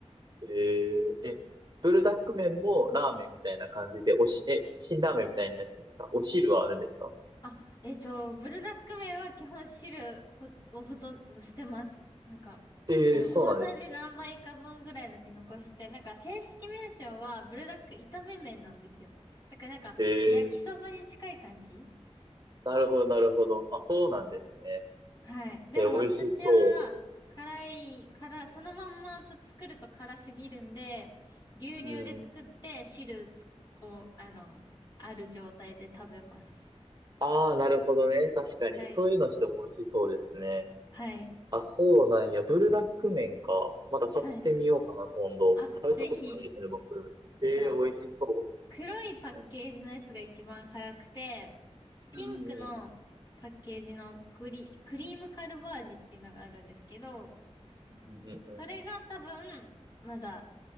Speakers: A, on the right; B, on the left.
A: えー、え、ブルダック麺もラーメンみたいな感じで、おし、え、辛ラーメンみたいになってるんですかお汁はあるんですか
B: あ、えっと、ブルダック麺は基本汁ほをほとんど捨てます。なんか、
A: ええー、
B: あの、
A: そうなんです。
B: 大さじ何杯か分ぐらいだけ残して、なんか正式名称はブルダック炒め麺なんですよ。だからなんか、
A: へえ、
B: 焼きそばに近い感じ
A: なるほど、なるほど。あ、そうなんですね。
B: はい。でも私は、
A: え、美味しそう。
B: 辛い、辛、そのまんまと作ると辛すぎるんで、牛乳で作って汁つを、
A: うん。
B: あの、ある状態で食べます。
A: ああ、なるほどね。確かに。
B: はい。
A: そういうのしても美味しそうですね。
B: はい。
A: あ、そうなんや。ブルダック麺か。また買ってみようかな、
B: はい。
A: 今度。
B: あ、
A: 食べたことないですね、
B: ぜひ。
A: 僕。ええ、
B: なんか、
A: 美味しそ
B: 黒いパッケージのやつが一番辛くて、
A: う。うん。
B: ピンクのパッケージのグリ、
A: うんうん
B: クリームカルバージっていうのがあるんですけど、
A: うんうんうん
B: それが多分、まだ